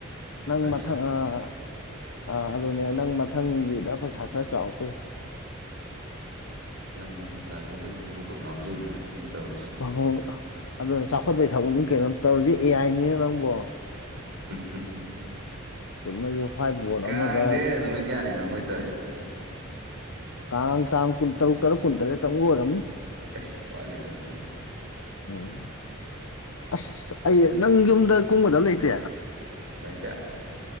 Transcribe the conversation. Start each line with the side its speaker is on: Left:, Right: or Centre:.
Left: ꯅꯪ
Right: ꯑꯁ
Left: ꯃꯊꯪ ꯑꯥ ꯑꯗꯨꯅꯦ ꯅꯪ ꯃꯊꯪꯒꯤꯗ ꯄꯩꯁꯥ ꯈꯔ ꯆꯥꯎꯔ ꯌꯥꯏ꯫
Right: ꯒ꯭ꯌꯥꯟ ꯃꯦꯟꯒ ꯇꯥꯖꯗꯦꯗ ꯀꯣꯛꯀ ꯉꯥꯎꯖꯩꯗ ꯅꯣꯏ ꯇꯧꯔꯤꯁꯤ꯫
Left: ꯑꯍꯣ ꯑꯗꯣ ꯆꯥꯎꯈꯠꯄꯒꯤ ꯊꯕꯛꯅꯤ ꯀꯩꯅꯣ ꯇꯧꯔꯤꯖꯦ ꯑꯦꯌꯥꯥꯏꯅꯤꯅ ꯅꯪꯕꯣ꯫
Right: <inaudible>
Left: ꯆꯨꯝꯅꯒꯤ ꯍ꯭ꯋꯥꯏꯠ ꯕꯣꯔꯗ
Right: ꯀꯥꯡꯁꯦ
Left: ꯑꯃꯗ
Right: ꯅꯨꯃꯤꯠ ꯀꯌꯥꯅꯤꯅꯣ ꯃꯣꯏ ꯇꯧꯔꯤꯖꯦ-
Left: ꯇꯥꯡ ꯇꯥꯡ ꯀꯨꯟ ꯇꯔꯨꯛ ꯇꯔꯨꯛ ꯀꯨꯟ ꯇꯔꯦꯠꯇ ꯇꯪ ꯑꯣꯏꯔꯝꯅꯤ꯫
Right: ꯑꯦꯁ ꯋꯥꯠꯂꯤꯅꯦꯗꯤ꯫
Left: ꯎꯝ ꯑꯁ ꯑꯩ ꯅꯪ ꯌꯨꯝꯗ ꯀꯨꯝꯒꯗꯕ ꯂꯩꯇꯦ꯫
Right: ꯂꯩꯇꯦ